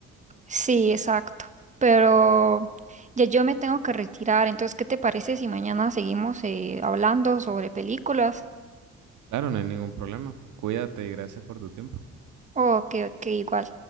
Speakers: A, on the right; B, on the right.
A: Sí, exacto. Pero ya yo me tengo que retirar, entonces, ¿qué te parece si mañana seguimos eh, hablando sobre películas?
B: Claro, no hay ningún problema. Cuídate y gracias por tu tiempo.
A: O que, que igual.